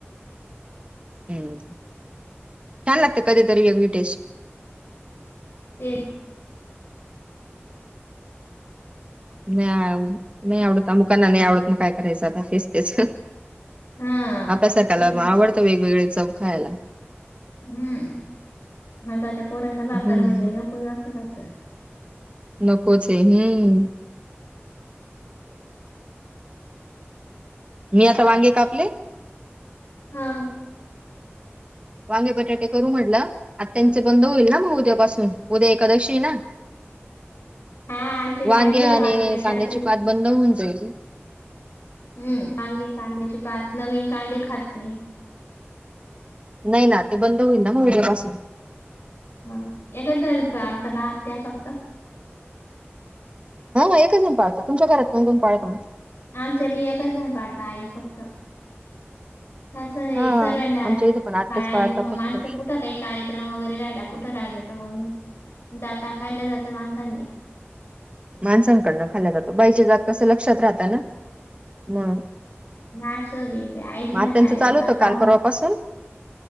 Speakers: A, on the right; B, on the left.
A: हम्म छान लागते कधीतरी वेगळी टेस्ट.
B: <unintelligible>
A: नाही नाही आवडत मुकांना नाही आवडत मग काय करायचं आता तेचतेच
B: हा
A: आपल्यासारख्याला
B: ते
A: आवडतं वेगवेगळे चव खायला
B: हम्म आताच्या पोरांना
A: हम्म
B: भाकर म्हणजे नको अस राहत
A: नकोच हे हम्म मी आता वांगे कापले
B: हा
A: वांगे बटाटे करू म्हटलं आता त्यांचे बंद होईल ना मग उद्यापासून उद्या एकादशी ना,,
B: हा आमचे बी
A: वांग्या
B: आणले वांगे
A: आणि
B: आता
A: कांद्याची
B: रात्री
A: पात बंद होऊन जाईल
B: हम्म कांदे कांद्याचे पात नवीन कांदे खात नाही
A: नाही ना ते बंद होईल ना मग उद्यापासून
B: ह एकच जा का आवडतं का आ्या फक्त
A: हां म एकच प पाळत तुमच्या घरात दोन दोन पाळतो
B: आमच्या बियाएक पाडता आई फक्त कसं हे
A: हा
B: सर्वांना
A: आमच्या इथं पण आत्याच
B: फाळायला
A: पाळतात फक्त
B: माणसं कुठं काही कार्यक्रम वगैरे राहिला कुठं राहिला. तर मग जाता खाल्लं जातं माणसांनी
A: माणसांकडनं खाल्ल्या जातो बाईचे जात कसं लक्षात राहत ना मग
B: नाचोबी ते ऐकते
A: आत्याचं
B: ना कांद्याची
A: चालू होतं
B: पात
A: काल
B: आवडत.
A: परवा पासून